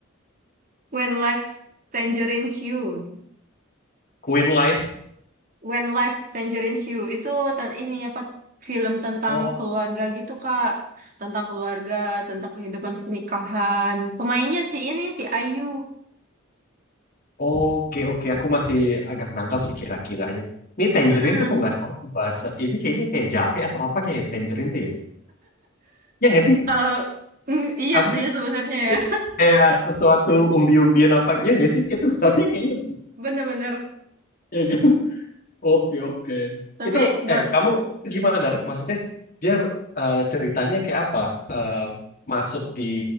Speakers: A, on the right; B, on the left.
A: When Life Tangerines You.
B: Queen Life.
A: When Life Tangerines You. Itu ten- ini apa film tentang
B: Oh
A: keluarga gitu, Kak. Tentang keluarga, tentang kehidupan pernikahan. Pemainnya si ini si Ayu.
B: oke oke. Aku masih agak nangkap sih kira-kiranya. Ini Tangerine
A: Mm-mm.
B: tuh kok nggak salah tuh bahasa. Ini kayaknya kayak jahe atau apa kayak Tangerine tuh ya? Ya nggak sih?
A: Eh, mm, iya
B: Apa
A: sih
B: sih?
A: sebenarnya ya.
B: Ya, kayak sesuatu umbi-umbian apa? Ya nggak sih? Kayak tulisannya kayaknya.
A: Bener-bener.
B: Ya, kan? Oke, oke.
A: Tapi
B: Itu,
A: ba-
B: eh, kamu
A: eh,
B: gimana? Rik? Maksudnya, biar eh, ceritanya kayak apa? Eh, masuk di